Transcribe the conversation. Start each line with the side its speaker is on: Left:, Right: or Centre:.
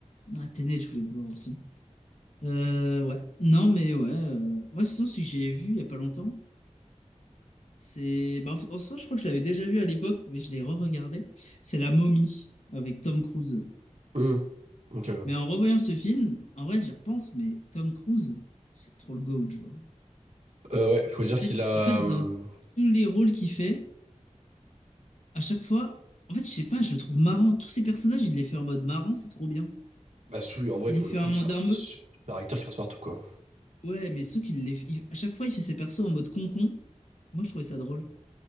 Left: Ah, Tenet, je voulais le voir aussi. Euh, ouais. Non, mais ouais. euh, Moi, sinon, ce que j'ai vu il y a pas longtemps, c'est. Bah, en fait, en soi, je crois que je l'avais déjà vu à l'époque, mais je l'ai re-regardé. C'est La Momie avec Tom Cruise.
Right: Hum, Ok.
Left: Mais en revoyant ce film, en vrai, j'y repense, mais Tom Cruise, c'est trop le GOAT, genre.
Right: Euh, ouais, faut dire qu'il
Left: En fait,
Right: a.
Left: en fait,
Right: hum,
Left: dans tous les rôles qu'il fait, à chaque fois, en fait, je sais pas, je le trouve marrant. Tous ces personnages, il les fait en mode marrant, c'est trop bien.
Right: Bah, Sui, en vrai,
Left: Il
Right: pour
Left: les fait
Right: le coup,
Left: en mode
Right: c'est un
Left: un,
Right: super acteur qui passe partout, quoi.
Left: Ouais, mais ceux qui les... il- À chaque fois, il fait ses persos en mode concon. Moi, je trouvais ça drôle.